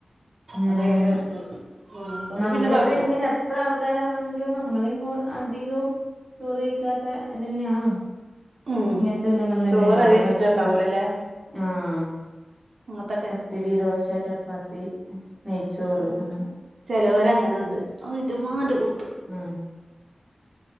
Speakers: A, in the centre; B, on the right.
A: നല്ലന്നെ
B: അതെ ചോദിച്ചത്. ഉം അതോണ്ട്
A: നമ്മളിപ്പോ
B: പിന്നെ കൊഴപ്പല്ല
A: എങ്ങനെ എത്ര ആൾക്കാരാണെങ്കിലും നമ്മള് ഇങ്ങ് അധികം. ചോറ് കഴിക്കാതെ അത് തന്നെയാണോ?
B: ഉം
A: ഇങ്ങനത്തെ എന്തെങ്കിലും തന്നെ
B: ചോറ്
A: ഇണ്ടാക്കുക,
B: അധികം
A: പത്തിന്
B: ഇഷ്ടം ഇണ്ടാവൂലല്ലേ
A: ആഹ്.
B: അങ്ങത്തട്ടെ
A: പത്തിരി, ദോശ, ചപ്പാത്തി, നെയ്യ്ച്ചോറ് അങ്ങനെ.
B: ചെലോരങ്ങനെണ്ട് അയ്ന്റെമ്മാ ന്റെ കൗത്ത്.
A: ഉം